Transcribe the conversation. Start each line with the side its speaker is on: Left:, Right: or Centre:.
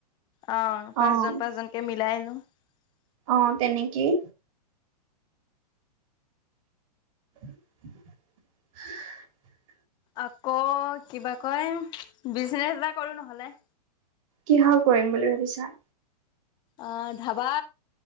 Left: অ পাঁচজন
Right: অ'।
Left: পাঁচজনকে <unintelligible>
Right: অঁ, তেনেকেই। <inaudible>
Left: আকৌ কিবা কয়, বিজনেচ এটা কৰো নহ'লে।
Right: কিহৰ কৰিম বুলি ভাবিছা।
Left: অঁ ধাবা